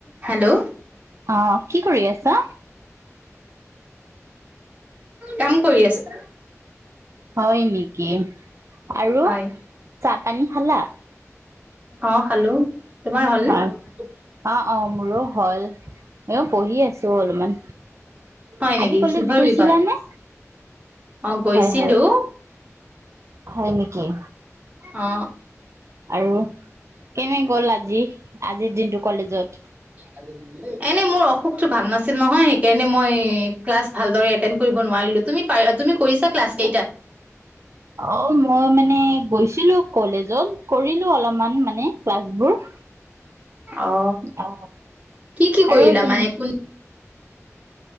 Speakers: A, on the right (about 25°); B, on the right (about 60°).
A: Hello.
B: অ কি কৰি আছা
A: কাম কৰি আছ
B: হয় নেকি আৰু
A: হয়,
B: চাহ পানী খালা?
A: অ খালো। তোমাৰ হ'লনে?
B: হয় অ অ মোৰো হ'ল। এ বহি আছো অলপমান,
A: হয় নেকি?
B: আজি কলেজ
A: কিহৰ
B: গৈছিলা
A: বিষয়?
B: নে?
A: অ গৈছিলো।
B: হয় হয়, হয় নেকি?
A: অ।
B: আৰু কেনে গ'ল আজি? আজিৰ দিনটো কলেজত?
A: <inaudible> এনে মোৰ অসুখটো ভাল নাছিল নহয় সেইকাৰণে মই ক্লাছ ভালৰে এটেণ্ড কৰিব নোৱাৰিলো। তুমি <unintelligible> তুমি কৰিছা ক্লাছ কেইটা?
B: অ মই মানে গৈছিলো কলেজত কৰিলো অলপমান মানে ক্লাছবোৰ।
A: অ
B: অ
A: কি কি
B: আৰু
A: কৰিলা
B: তুমি
A: মানে কোন